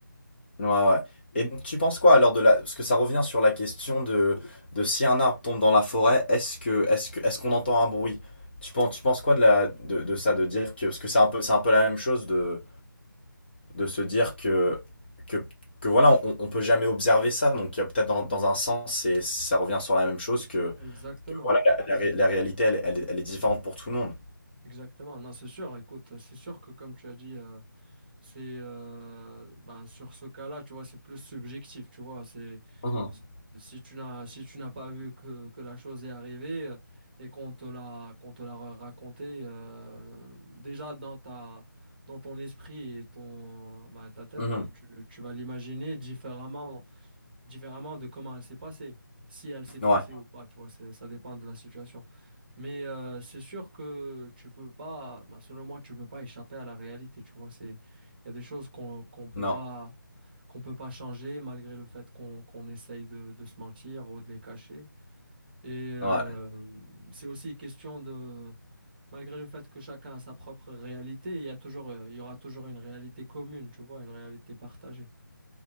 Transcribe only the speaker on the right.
Exactement.
Exactement, non, c'est sûr. Écoute, c'est sûr que comme tu as dit, euh, c'est euh, ben, sur ce cas-là, tu vois, c'est plus subjectif, tu vois. C'est
c'est- si tu n'as si tu n'as pas vu que, que la chose est arrivée euh, et qu'on te l'a qu'on te l'a ra- raconté euh, déjà dans ta dans ton esprit et ton ben, ta tête,
toi, tu, tu vas l'imaginer différemment différemment de comment elle s'est passée, si elle s'est passée
ou pas, tu vois. C'est ça dépend de la situation. Mais euh, c'est sûr que tu peux pas, bah, selon moi, tu peux pas échapper à la réalité. Tu vois, c'est, il y a des choses qu'on qu'on peut
pas, qu'on peut pas changer malgré le fait qu'on qu'on essaye de, de se mentir ou de les cacher. Et euh,
c'est aussi question de, malgré le fait que chacun a sa propre réalité, il y a toujours, euh, il y aura toujours une réalité commune. Tu vois, une réalité partagée.